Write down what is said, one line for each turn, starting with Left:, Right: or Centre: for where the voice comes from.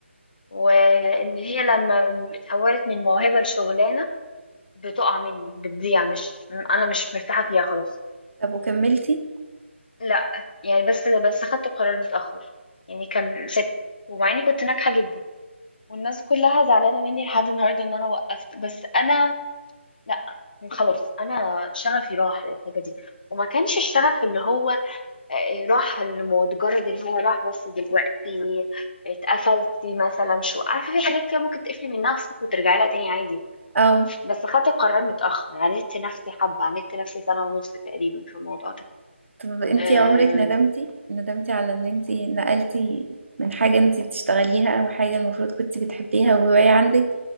Left: وان هي لما اتحولت من موهبه لشغلانه بتقع مني بتضيع مش انا مش مرتاحه فيها خلاص
Right: طب وكملتي
Left: لا يعني بس بس خدت قرار متاخر يعني كان ست ومع اني كنت ناجحه جدا والناس كلها زعلانه مني لحد النهارده ان انا وقفت بس انا لا خلاص انا شغفي راح للحاجه دي وما كانش الشغف اللي هو آه، راح المتجرد اللي هو راح بس دلوقتي اتقفلتي مثلا شو عارفه في حاجات كده ممكن تقفلي من نفسك وترجعي لها تاني عادي
Right: اه
Left: بس خدت القرار متأخر عاندت نفسي حبة عاندت نفسي سنة ونص تقريبا في الموضوع ده
Right: طب انتي
Left: أه
Right: عمرك ندمتي ندمتي على ان انتي نقلتي من حاجة انتي بتشتغليها او حاجة المفروض كنتي بتحبيها وهواية عندك